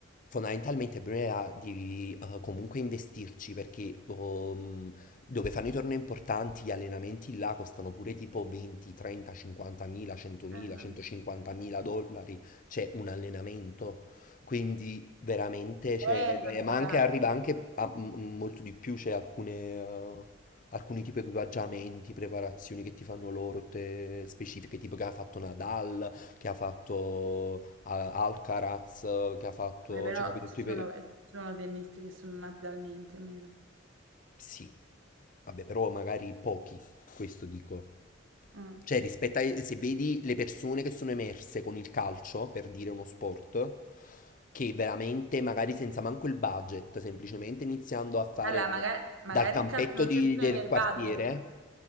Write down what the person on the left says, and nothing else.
fondamentalmente Brea devi eh, comunque investirci perché ehm, dove fanno i tornei importanti, gli allenamenti là costano pure tipo 20, 30, 50 mila, 100 mila,
150 mila dollari, c'è un allenamento. Quindi veramente, cioè,
eh,
eh, ma anche, arriva anche a m- molto di più, c'è alcune, eh, alcuni tipi di equipaggiamenti, preparazioni che ti fanno loro, te- specifiche, tipo che ha fatto Nadal, che ha fatto eh, Alcaraz, che ha fatto,
cioè, capito,
tutti
sì, vabbè, però magari pochi, questo dico.
Cioè, rispetto a se vedi le persone che sono emerse con il calcio, per dire uno sport, che veramente magari senza manco il budget, semplicemente iniziando a fare
dal campetto
di-
del
quartiere,